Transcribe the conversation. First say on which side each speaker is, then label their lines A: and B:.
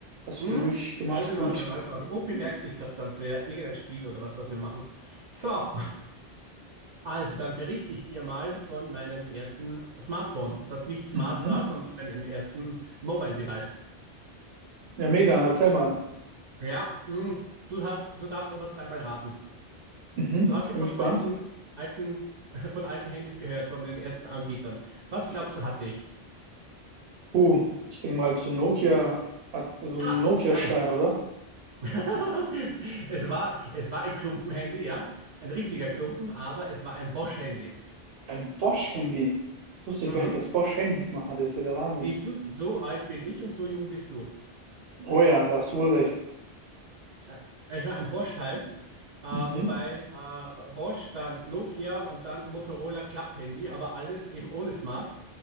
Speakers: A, on the right; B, on the right.
A: hast
B: Mhm.
A: viel durchgemacht,
B: Alles
A: gut.
B: in Ordnung, alles in Ordnung. Opi merkt sich das dann für irgendein Spiel oder was, was wir machen. So, <laughs> also dann berichte ich dir mal von meinem ersten Smartphone, das nicht smart
A: Mhm.
B: war, sondern meinem ersten Mobile Device.
A: Ja, mega, erzähl mal.
B: Ja, mm, du hast, du darfst aber zweimal raten.
A: Mhm.
B: Du hast
A: Ich
B: ja
A: bin
B: von
A: gespannt.
B: alten, alten, <laughs> von alten Handys gehört, von den ersten Anbietern. Was glaubst du, hatte ich?
A: Oh, ich denke mal zu Nokia, so
B: Ha,
A: ein Nokia-Stein,
B: nein.
A: oder?
B: <laughs> Es war, es war ein Klumpenhandy, ja. Ein richtiger Klumpen, aber es war ein Bosch-Handy.
A: Ein Bosch-Handy. Ich wusste
B: Mhm.
A: gar nicht, dass Bosch Handys mal hatte. Ist ja der Wahnsinn.
B: Siehst du, so alt bin ich und so jung bist du.
A: Oh ja, da hast du wohl recht.
B: Äh, Es war ein Bosch-Teil, äh, wobei
A: Mhm.
B: äh, Bosch, dann Nokia und dann Motorola Club-Handy, aber alles eben ohne Smart.